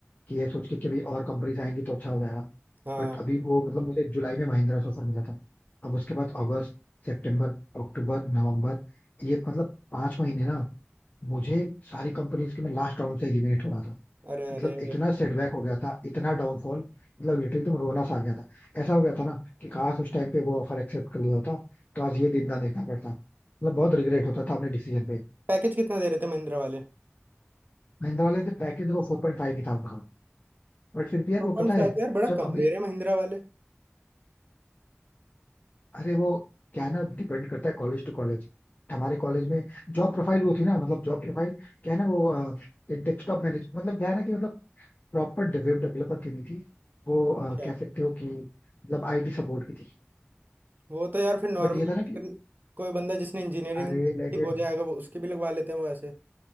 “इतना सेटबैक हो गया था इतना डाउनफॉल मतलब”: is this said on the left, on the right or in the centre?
Left